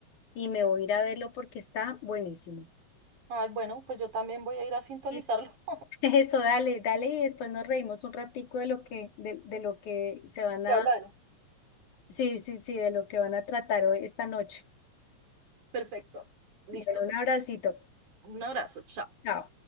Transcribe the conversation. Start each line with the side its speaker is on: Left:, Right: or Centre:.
Left: y me voy a ir a verlo porque está buenísimo.
Right: Ay, bueno, pues yo también voy a ir a sintonizarlo.
Left: Eh,
Right: <laughs>
Left: <laughs> Eso, dale, dale y después nos reímos un ratico de lo que, de, de lo que se van
Right: Ya
Left: a,
Right: hablaron.
Left: sí, sí, sí, de lo que van a tratar hoy esta noche.
Right: Perfecto. Listo.
Left: Bueno, un abracito.
Right: Un abrazo, chao.
Left: Chao.